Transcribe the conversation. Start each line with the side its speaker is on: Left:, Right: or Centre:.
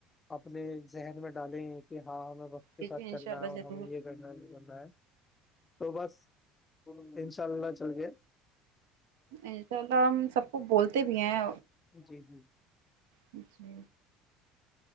Left: اپنے ذہن میں ڈالیں کہ ہاں کے
Right: جی
Left: ساتھ
Right: جی
Left: چلنا
Right: ان شاء اللہ
Left: ہے اور
Right: ضرور
Left: ہمیں یہ نا بتا ہے تو بس ان شاء اللہ چل کےئے
Right: انشاء اللہ ہم سب کو بولتے بھی ہیں
Left: جی جی
Right: جچی